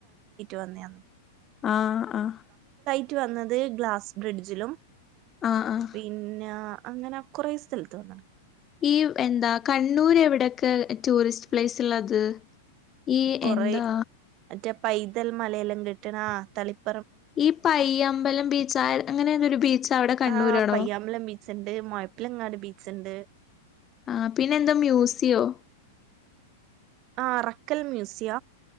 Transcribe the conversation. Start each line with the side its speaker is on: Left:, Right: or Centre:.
Right: വന്നയാണ്
Left: ആ, ആ
Right: റ്റ് വന്നത് ഗ്ലാസ് ബ്രിഡ്ജിലും
Left: ആഹ് ആഹ്
Right: പിന്നആ അങ്ങനെ കുറെേ സ്ഥലത്ത് വന്നണ്
Left: ഈ എന്താ കണ്ണൂര് എവിടെ ക്കെ ടൂറിസ്റ്റ് പ്ലേസ് ഉള്ളത് ഈ
Right: കൊറേ
Left: എന്താ
Right: മറ്റേ പൈൻ മലയെല്ലാം കിട്ടണാ തളിപ്പ
Left: ഈ പയ്യമ്പലം ബീച്ച് ആ അങ്ങനെ നൊരു ബീച്ച് അവിടെ കണ്ണൂരാണോ?
Right: ആഹ് പയ്യാമ്പലം ബീച്ച്ണ്ട് മുഴപ്പിലങ്ങാട് ബീച്ച്ണ്ട്
Left: ആഹ് പിന്നെന്താ മ്യൂസിയോ?
Right: ആഹ് അറക്കൽ മ്യൂസിയ?